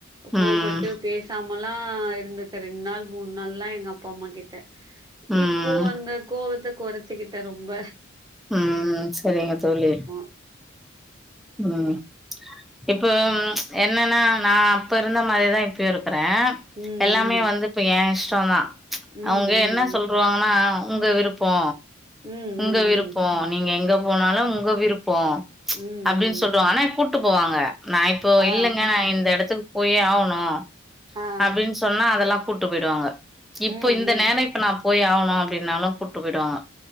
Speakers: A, on the right; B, in the centre.
A: கோவப்பட்டு
B: ம்,
A: பேசாம சம்மல்லா இருந்துருக்க ரெண்டு நாள் மூணு நாள்லா எங்க அப்பா அம்மா கிட்ட
B: ம்,
A: இப்போ அந்த கோவத்த கொறச்சிக்கிட்டே ரொம்ப
B: ம் சரிங்க தோழி
A: ம்
B: ம் இப்ப ம்ச் என்னன்னா நா அப்ப இருந்த மாரிதா இப்ப பேரு இருக்குறே
A: ம்
B: எல்லாமே
A: ம்
B: வந்து இப்ப ஏ இஷ் சொன்னா ச்
A: ம்
B: அவங்க
A: ம்
B: என்ன சொல்றுவாங்கனா உங்க விருப்போ
A: ம் ம்
B: உங்க
A: ம்
B: விருப்போ
A: ம்
B: நீங்க எங்க போனாலு உங்க விருப்ப ப்போ ம்ச்
A: ம்
B: அப்டின்னு
A: ம்
B: சொல்றுவாங்க ஆனா கு கூட்டு போவாங்க நா இப்போ
A: ஆ
B: இல்லங்க நா இந்த எடத்துக்கு போயே ஆகணு னு
A: ஆ
B: அப்டின்னு சொன்னா அதெல்லா கூட்டு போயிடுவாங்க இப்போ
A: ம்
B: இந்த
A: ம்
B: நேனே இப்ப நா போயே ஆவணு அப்டின்னாலு கூட்டு போயிடுவாங்க